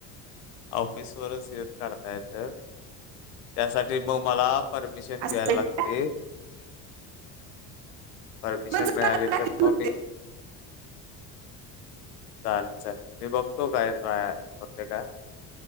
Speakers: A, on the left; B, on the right.
A: ऑफिस वरच येऊन काढता येत त्यासाठी मग मला परमिशन
B: असं
A: घ्यायला
B: आहे
A: लागते
B: का?
A: परमिशन
B: मग जरा
A: मिळाले
B: टाकली
A: तर मगमी
B: होते
A: चालेल चालेल मी बघतो काय ट्राय होते का